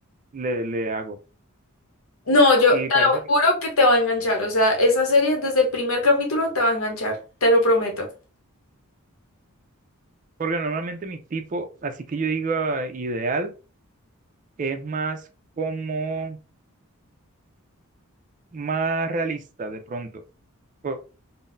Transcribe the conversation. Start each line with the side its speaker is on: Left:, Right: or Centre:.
Right: le, le hago.
Left: No, yo
Right: Y
Left: te
Right: parece
Left: lo
Right: que,
Left: juro que te va a enganchar, o sea, esa serie desde el primer capítulo te va a enganchar, te lo prometo.
Right: porque normalmente mi tipo, así que yo digo ideal, es más como más realista de pronto. Porque-